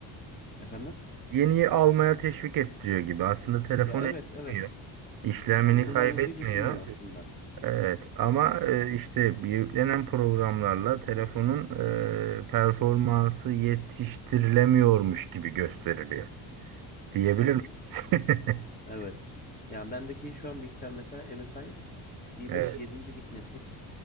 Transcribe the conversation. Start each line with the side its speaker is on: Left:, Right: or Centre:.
Left: Efendim?
Right: Yeniyi almaya teşvik ettiriyor gibi. Aslında telefon
Left: Ya
Right: etmiyor.
Left: evet evet.
Right: İşlemini
Left: Yani kullanıcıyı
Right: Evet. kaybetmiyor.
Left: düşünmüyor aslında.
Right: kaybet- Evet ama e, işte bir yüklenen programlarla telefonun e, performansı yetiştirilemiyormuş gibi gösteriliyor. Diyebilir
Left: Evet.
Right: miyiz? <laughs>
Left: Evet. Yani bendeki şu an bilgisayar mesela MSI i5
Right: Evet.
Left: yedinci nesil.